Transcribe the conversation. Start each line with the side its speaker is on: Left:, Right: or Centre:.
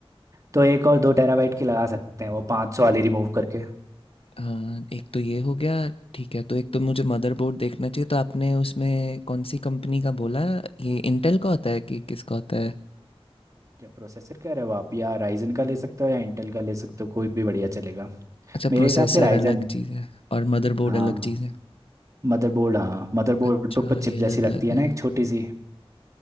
Right: तो एक और दो टेराबाइट की लगा सकते हैं वो 500 वाली रिमूव करके
Left: हाँ, एक तो ये हो गया ठीक है तो एक तो मुझे मदरबोर्ड देखना चाहिए तो आपने उसमें कौन सी कंपनी का बोला ये इंटेल का होता है कि किसका होता है
Right: क्या प्रोसेसर कह रहे हो आप या राइजन का ले सकते हो या इंटेल का ले सकते हो कोई भी बढ़िया चलेगा
Left: अच्छा
Right: मेरे
Left: प्रोसेसर
Right: हिसाब से राइजन
Left: अलग चीज़ है और मदरबोर्ड
Right: हाँ
Left: अलग चीज़ है
Right: मदरबोर्ड हाँ मदरबोर्ड
Left: अच्छा
Right: पे ऊपर चिप
Left: ये अलग
Right: जैसी लगती
Left: अलग
Right: है
Left: है
Right: ना एक छोटी सी